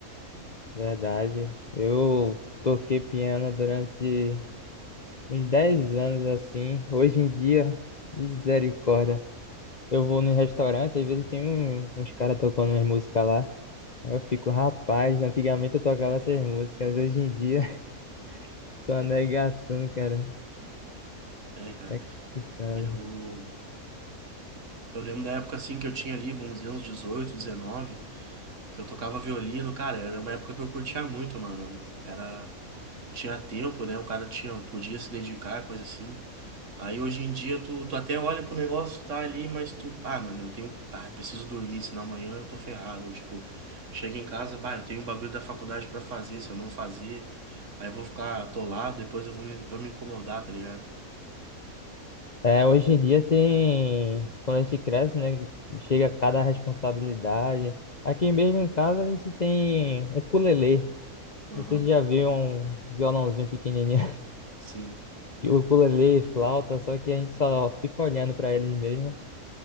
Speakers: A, on the left; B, on the right.
A: Verdade. Eu toquei piano durante uns 10 anos, assim. Hoje em dia, misericórdia. Eu vou no restaurante, às vezes tem um- uns caras tocando umas músicas lá. Aí Eu fico, rapaz, antigamente eu tocava essas músicas, hoje em dia, <laughs> só uma negação, cara.
B: É, cara.
A: É complicado.
B: Eu, eu lembro da época, assim, que eu tinha ali, vamos dizer, uns 18, 19, que eu tocava violino, cara, era uma época que eu curtia muito, mano. Era, tinha tempo, né? O cara tinha, podia se dedicar, coisa assim. Aí hoje em dia tu, tu até olha pro negócio, tá ali, mas tu, ah, mano, eu tenho, ah, preciso dormir, senão amanhã eu tô ferrado. Ou, tipo, chega em casa, bah, eu tenho um bagulho da faculdade pra fazer, se eu não fazer, aí eu vou ficar atolado, depois eu vou me, vou me incomodar, tá ligado?
A: É, hoje em dia tem, quando a gente cresce, né, chega cada responsabilidade. Aqui mesmo em casa a gente tem um ukulele.
B: Aham,
A: Não sei se já viu um violãozinho pequenininho. <laughs>
B: sim.
A: O ukulele, flauta, só que a gente só fica olhando para eles mesmo.